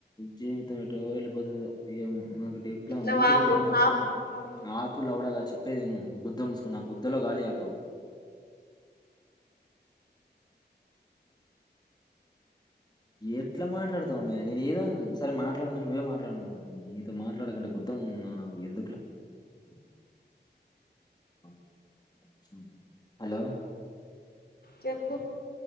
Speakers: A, on the left (about 20°); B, on the left (about 60°).
A: జీవిత ట్టు ఎటో వెళ్ళిపోతాడో ఏమో మాకు
B: నువ్వు ఆపు ఆపు ఆపు
A: !!!!!!!!!!!!!!!!!!!!!!!!!!!!!! ఎట్లా మాట్లాడుతు !!!!!!!!!!
B: చెప్పు